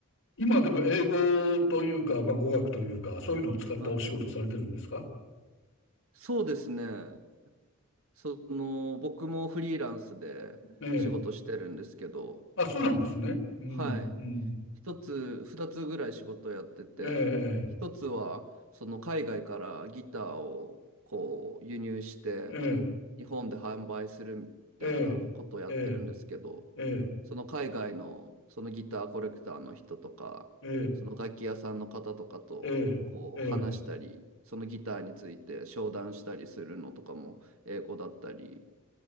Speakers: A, on the left; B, on the right.
A: 今でも英語というか、まあ語学というか、そういうのを使ったお仕事されてるんですか
B: はい。そうですね。その、僕もフリーランスで仕事してるんですけど、
A: ええ。あ、そうなんですね。うん、
B: はい。一つ、二つぐらい仕事をやってて、
A: うん。ええ、
B: 一つは、その海外からギターをこう輸入して、
A: ええ、
B: 日本で販売するみたいなことをやってるんですけど、
A: ええ、ええ、ええ、
B: その海外のそのギターコレクターの人とか、
A: ええ、
B: その楽器屋さんの方とかとこう話したり、
A: ええ、ええ、
B: そのギターについて商談したりするのとかも英語だったり